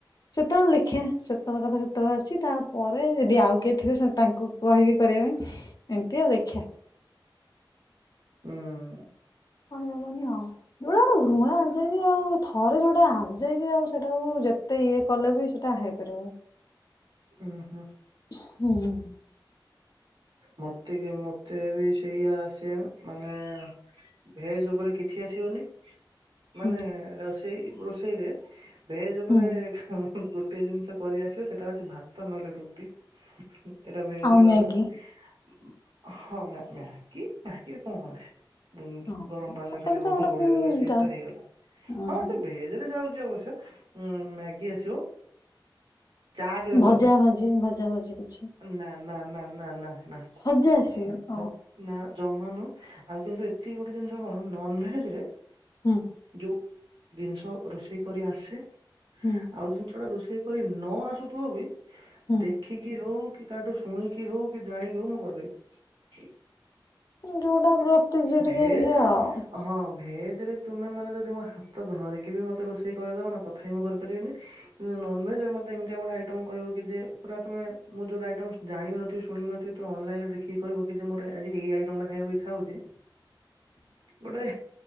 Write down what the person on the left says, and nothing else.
ସେତେବେଳେ ଦେଖିବା ସେତେବେଳେ କଥା <unintelligible> ଅଛି ତାପରେ ଯଦି ଆଉ କିଏ ଥିବେ ସେ ତାଙ୍କୁ କହିବି କରିବା ପାଇଁ ଏମିତି ଆଉ ଦେଖିବା।
କହିହବନି ଆଉ ଯୋଉଟା ଗୋଟେ ଘୃଣା ଆସିଯାଇଛି ଆଉ ଥରେ ଯୋଉଟା ଆସିଯାଇଛି ଆଉ ସେଇଟାକୁ ଯେତେ ମତେ ଇଏ କଲେ ବି ସେଇଟା ହେଇପାରିବନି।
ହୁଁ
ହୁଁ
ହୁଁ
ଆଉ ମ୍ୟାଗି
ହଁ
ସେଟା
ବି ତ
ଗୋଟେ
ଉଁ
ଭଜା
ଭଜି ଭଜା ଭଜି କିଛି?
<unintelligible>
ହୁଁ
ହୁଁ
ହୁଁ
ଯୋଉଟା ପ୍ରତି ଯିଏ
ଟିକେ ଇଏ ଆଉ